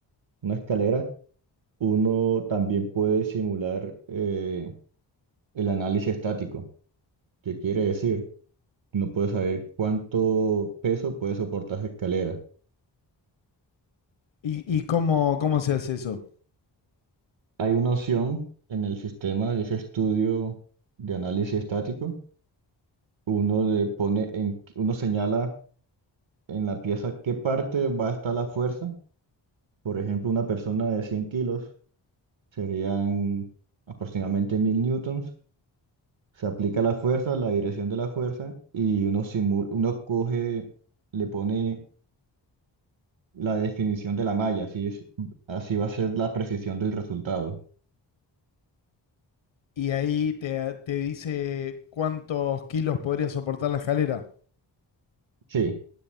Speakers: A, on the right; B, on the left.
A: una escalera, uno también puede simular eh, el análisis estático. ¿Qué quiere decir? No puede saber cuánto peso puede soportar esa escalera.
B: ¿Y, y cómo, cómo se hace eso?
A: Hay una opción en el sistema, de ese estudio de análisis estático. Uno le pone en, uno señala en la pieza qué parte va a estar la fuerza Por ejemplo, una persona de 100 kilos serían aproximadamente 1000 newtons. Se aplica la fuerza, la dirección de la fuerza, y uno simula, uno coge, le pone la definición de la malla, así es, así va a ser la precisión del resultado.
B: Y ahí te, te dice cuántos kilos podría soportar la escalera.
A: Sí,